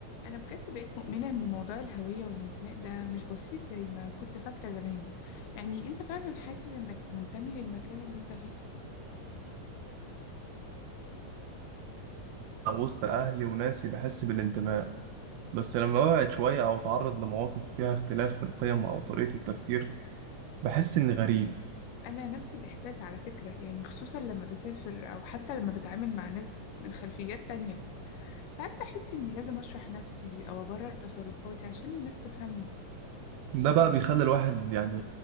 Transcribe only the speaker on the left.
أنا بجد بقيت مؤمنة إن موضوع الهوية والانتماء ده مش بسيط زي ما كنت فاكرة زمان يعني أنت فعلا حاسس إنك منتمي للمكان اللي أنت فيه
أنا نفس الإحساس على فكرة يعني خصوصا لما بسافر أو حتى لما بتعامل مع ناس من خلفيات تانية ساعات بحس إني لازم أشرح نفسي أو أبرر تصرفاتي عشان الناس تفهمني